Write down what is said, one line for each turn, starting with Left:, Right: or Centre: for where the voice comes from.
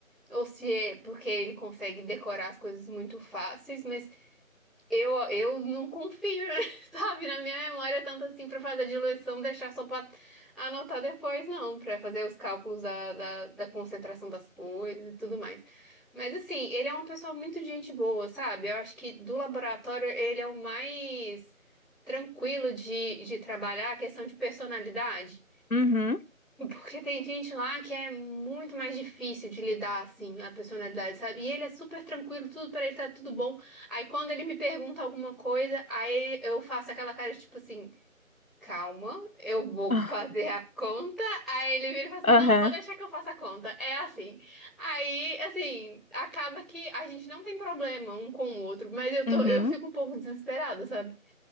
Centre: ou se é porque ele consegue decorar as coisas muito fáceis, mas eu, eu não confio, <laughs> sabe, na minha memória tanto assim para fazer a diluição, deixar só para anotar depois, não, para fazer os cálculos da, da, da concentração das coisas e tudo mais. Mas assim, ele é uma pessoa muito de gente boa, sabe? Eu acho que do laboratório ele é o mais tranquilo de, de trabalhar a questão de personalidade.
Left: uhum.
Centre: Porque tem gente lá que é muito mais difícil de lidar, assim, a personalidade, sabe? E ele é super tranquilo, tudo pra ele tá tudo bom. Aí quando ele me pergunta alguma coisa, aí eu faço aquela cara de, tipo assim, calma, eu vou
Left: Ah,
Centre: fazer a conta. Aí ele vira e fala assim,
Left: Aham,
Centre: não, pode deixar que eu faça a conta. É assim. Aí, assim, acaba que a gente não tem problema um com o outro, mas eu tô,
Left: uhum.
Centre: eu fico um pouco desesperada, sabe?